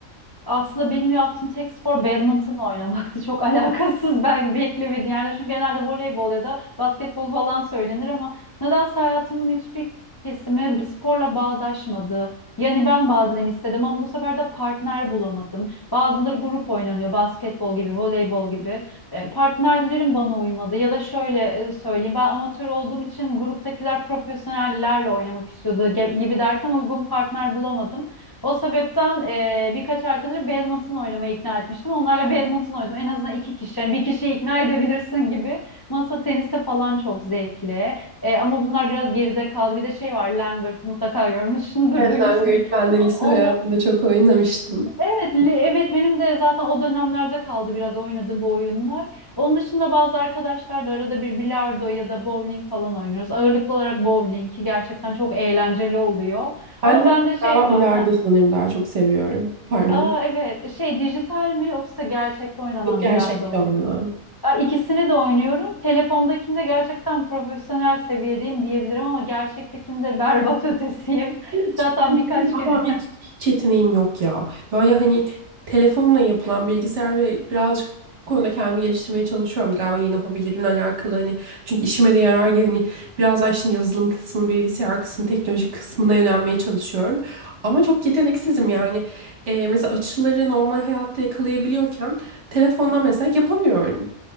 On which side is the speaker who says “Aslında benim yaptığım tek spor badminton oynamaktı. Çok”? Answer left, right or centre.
Left